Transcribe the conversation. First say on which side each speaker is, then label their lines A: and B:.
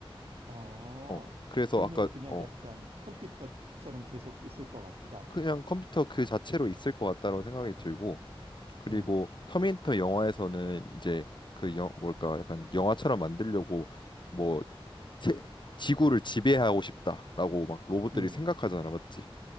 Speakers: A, on the right; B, on the left.
A: 아,
B: 어, 그래서
A: 그러면은
B: 아까
A: 그냥
B: 어,
A: 약간 컴퓨터처럼 계속 있을 것 같다.
B: 그냥 컴퓨터 그 자체로 있을 것 같다라고 생각이 들고 그리고
A: 음,
B: 터미네이터 영화에서는 이제 그 영, 뭘까 약간 영화처럼 만들려고 뭐 세, 지구를 지배하고 싶다라고 막 로봇들이
A: 음,
B: 생각하잖아 맞지?